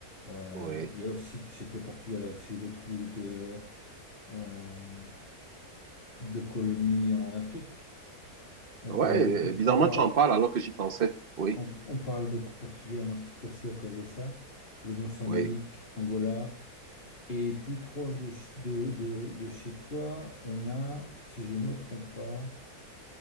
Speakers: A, on the left; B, on the right.
A: Euh,
B: oui
A: il y a aussi, tu sais que le Portugal a aussi beaucoup de, euh, de colonies en Afrique. On
B: Ouais,
A: parle beaucoup,
B: euh, bizarrement,
A: on parle,
B: tu en parles alors que j'y pensais. Oui,
A: on, on parle beaucoup portugais en Afrique aussi à cause de ça. Le Mozambique,
B: oui.
A: Angola. Et plus proche de, ch- de, de, de chez toi, on a, si je ne me trompe pas,